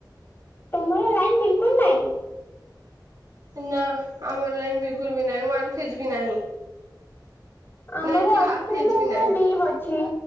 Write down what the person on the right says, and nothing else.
ନା ଆମର୍ ଲାଇନ୍ ବିଲ୍ କୁଲ୍ ବି ନାଇଁ। ବି ନାହିଁ,
ନାଇଁ କି
ହାପ୍ ଫେଜ୍‌
ବି
ନାହିଁ।